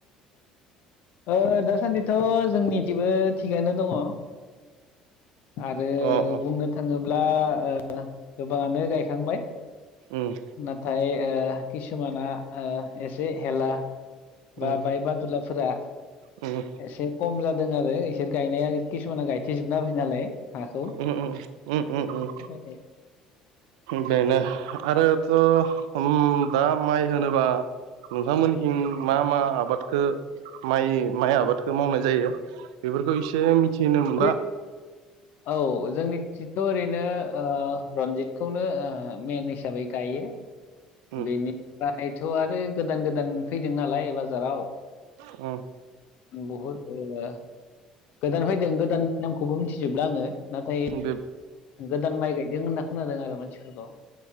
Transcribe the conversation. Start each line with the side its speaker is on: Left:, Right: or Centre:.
Left: ओ दासान्दिथ' जोंनिथिबो थिगानो दङ। आरो
Right: अ अ
Left: बुंनो थाङोब्ला ओ गोबाङानो गायखांबाय।
Right: उम
Left: नाथाय ओ खिसुमाना ओ एसे हेला बा
Right: उम
Left: बाय बादुलाफोरा
Right: उम
Left: एसे खम जादों आरो इसोर गायनाया खिसुमाना गायथेजोबना होबाय नालाय हाखौ
Right: उम उम उम उम
Left: बेनि
Right: उम
Left: थाखायनो
Right: बेनो आरोथ' उम दा माइ होनोबा नोंथांमोननिहिं मा मा आबादखौ माइ माइ आबादखौ मावनाय जायो बेफोरखौ एसे मिथिनो मोनबा
Left: ओ औ जोंनि थिथ' ओरै नो ओ रनजितखौनो ओ मेन हिसाबै गायो
Right: उम
Left: बेनि थायथ' आरो गोदान गोदान फैदों नालाय बाजाराव
Right: उम
Left: बहुत ओ गोदान फैदों गोदाननि नामखौबो मिथिजोबला आङो नाथाय
Right: उम बे
Left: गोदान माइ गायदों होनना खोनादों आरो मानसिफोरखौ